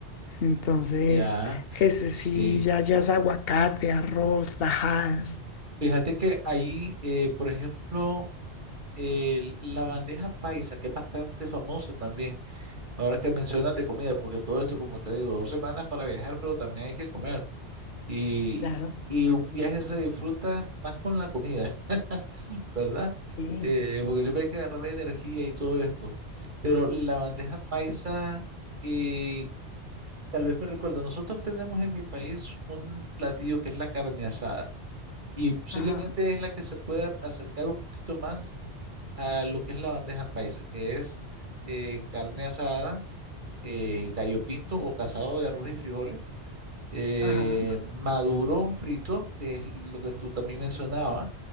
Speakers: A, on the left; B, on the right.
A: Entonces,
B: Ya,
A: ese
B: sí.
A: sí ya, ya es aguacate, arroz, tajadas.
B: Fíjate que ahí, eh, por ejemplo, el- la bandeja paisa, que es bastante famosa también, ahora que mencionas de comida, porque todo esto, como te digo, dos semanas para viajar, pero también hay que comer. Y,
A: Claro,
B: y un viaje se disfruta más con la comida, <laughs> ¿verdad?
A: sí.
B: Eh, porque siempre hay que agarrar energía y todo esto. Pero la bandeja paisa... eh, Tal vez me recuerdo, nosotros tenemos en mi país un platillo que es la carne asada y posiblemente
A: Ajá,
B: es la que se puede acercar un poquito más a lo que es la bandeja paisa, que es eh, carne asada, eh, gallo pinto o casado de arroz y frijoles, eh,
A: ajá,
B: maduro frito, que es lo que tú también mencionabas,